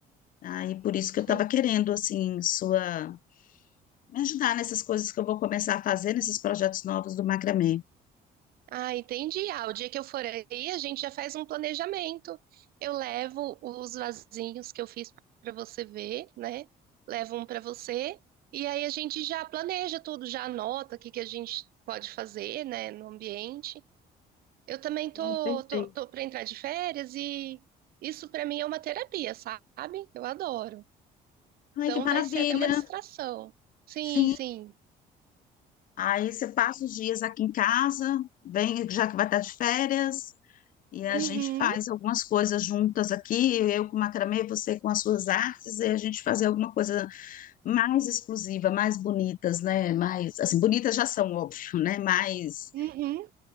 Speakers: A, on the left (about 55°); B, on the right (about 65°).
A: Ah, e por isso que
B: Sim.
A: eu estava querendo assim sua me ajudar nessas coisas que eu vou começar a fazer nesses projetos novos do macramê.
B: Ah, entendi. Ah, o dia que eu for aí, a gente já faz um planejamento. Eu levo os vasinhos que eu fiz para você ver, né? Levo um para você e aí a gente já planeja tudo, já anota o que que a gente pode fazer, né, no ambiente. Eu também
A: Ah,
B: tô
A: Perfeito.
B: tô, tô para entrar de férias e isso para mim é uma terapia, sabe? Eu adoro.
A: Ai,
B: Então
A: que maravilha!
B: vai ser até uma distração. Sim,
A: Sim.
B: sim.
A: Aí você passa os dias aqui em casa, vem já que vai estar de férias, e a
B: Uhum,
A: gente faz algumas coisas juntas aqui, eu com macramê, você com as suas artes, e a gente fazer alguma coisa mais exclusiva, mais bonitas, né? Mais, assim, bonitas já são, óbvio, né? Mais,
B: uhum.